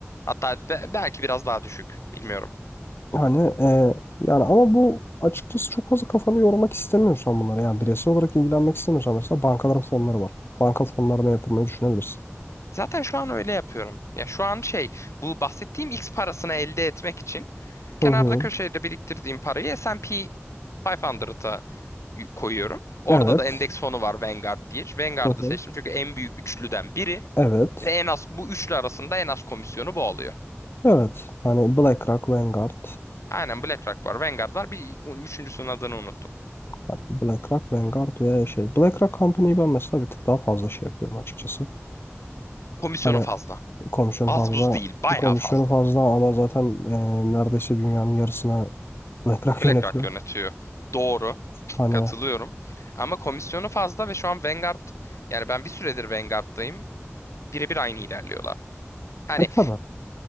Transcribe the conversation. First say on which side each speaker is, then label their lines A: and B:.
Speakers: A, on the left; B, on the left.
A: Hatta be- belki biraz daha düşük. Bilmiyorum.
B: Yani e, yani ama bu açıkçası çok fazla kafanı yormak istemiyorsan bunlara yani bireysel olarak ilgilenmek istemiyorsan mesela bankaların fonları var. Banka fonlarına yatırmayı düşünebilirsin.
A: Zaten şu an öyle yapıyorum. Ya şu an şey, bu bahsettiğim X parasını elde etmek için kenarda
B: Hı hı.
A: köşede biriktirdiğim parayı S&P 500'a y- koyuyorum. Orada
B: Evet.
A: da endeks fonu var Vanguard diye. Vanguard'ı
B: Hı hı.
A: seçtim çünkü en büyük üçlüden biri
B: Evet.
A: ve en az bu üçlü arasında en az komisyonu bu oluyor.
B: Evet. Hani BlackRock, Vanguard.
A: Aynen BlackRock var, Vanguard var. Bir üçüncüsünün adını unuttum.
B: Bak, BlackRock, Vanguard ve şey. BlackRock Company'yi ben mesela bir tık daha fazla şey yapıyorum açıkçası.
A: Komisyonu
B: Hani
A: fazla.
B: Komisyonu
A: Az
B: fazla
A: buz değil, bayağı
B: komisyonu
A: fazla.
B: fazla ama zaten e, neredeyse dünyanın yarısına Black
A: BlackRock
B: yönetiyor.
A: yönetiyor. Doğru.
B: Hani
A: Katılıyorum. Ama komisyonu fazla ve şu an Vanguard yani ben bir süredir Vanguard'dayım. Birebir aynı ilerliyorlar. Hani
B: e, tabii.